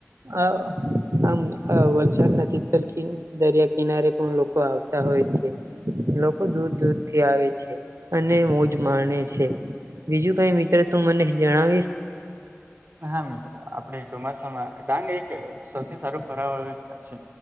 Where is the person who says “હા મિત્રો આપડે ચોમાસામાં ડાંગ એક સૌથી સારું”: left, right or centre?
Right